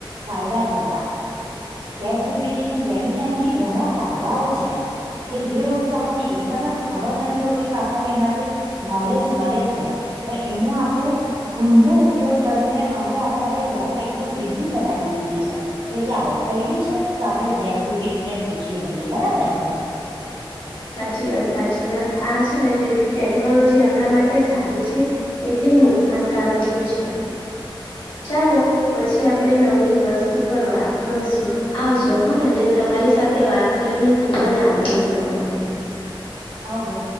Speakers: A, on the right; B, on the left.
A: ફાયદા કરતા <unintelligible> ચેતગીપીટી જમીનના બી ઘણા ફાયદાઓ છે. કે જે વસ્તુ આપણને એકદમ જ ખબર નથી હોતી. તો આપણને એમાંથી નોલેજ મળે છે. પણ એનું આપડે ઊંધો ઉપયોગ કરીને હવે આપણે આપ લાઈફ એકદમ ઈઝી બનાવી લીધી છે. કે ચાલો કઈ બી છે. તો આપડે ચેટ જીપીટીને લઈએ. બરાબર ને
B: સાચી વાત સાચી વાત આ છે. ને જેટલી ટેકનોલોજી આપણા માટે સારી છે. એટલી નુકસાનકારક બી છે ચાલો પછી આપણે નવી વસ્તુ પર વાત કરશું. આવજો હ ને તમારી સાથે વાત કરીને ખુબજ આનંદ થયો મને
A: આવજો